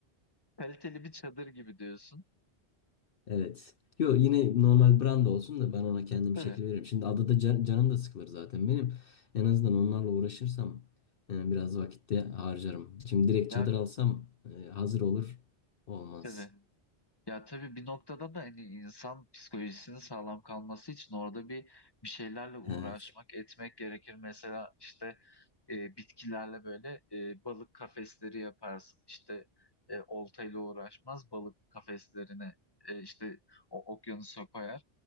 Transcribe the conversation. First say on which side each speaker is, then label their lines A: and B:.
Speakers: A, on the left; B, on the left.
A: kaliteli bir çadır gibi diyorsun.
B: Evet. Yo yine normal brand olsun da ben ona kendim
A: Tabii.
B: şekil veririm. Şimdi adada can- canım da sıkılır zaten benim. En azından onlarla uğraşırsam e, biraz vakitte harcarım. Şimdi direkt
A: Ya,
B: çadır alsam e, hazır olur. Olmaz.
A: tabii. Ya tabii bir noktada da hani insan psikolojisinin sağlam kalması için orada bir bir şeylerle uğraşmak,
B: Evet.
A: etmek gerekir. Mesela işte e, bitkilerle böyle e, balık kafesleri yaparsın. İşte e, oltayla uğraşmaz balık kafeslerine e, işte o okyanusa koyar.